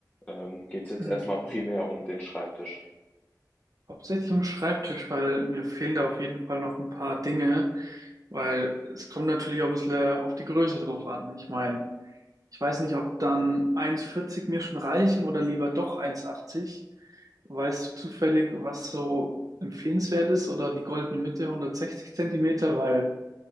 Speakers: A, on the left (about 20°); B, on the right (about 55°).
A: ähm, geht es jetzt
B: Hm.
A: erstmal primär um den Schreibtisch?
B: Hauptsächlich am Schreibtisch, weil mir fehlen da auf jeden Fall noch ein paar Dinge, weil es kommt natürlich auch ein bisschen äh, auf die Größe drauf an. Ich meine, ich weiß nicht, ob dann 1,40 mir schon reichen oder lieber doch 1,80. Weißt du zufällig, was so empfehlenswert ist oder die goldene Mitte 160 Zentimeter? Weil,